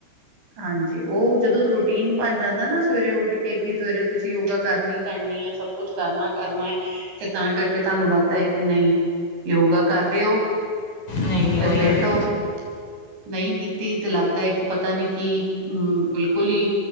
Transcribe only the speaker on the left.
ਨਹੀਂ ਨਹੀਂ
ਉਹੀ
ਉਹੀ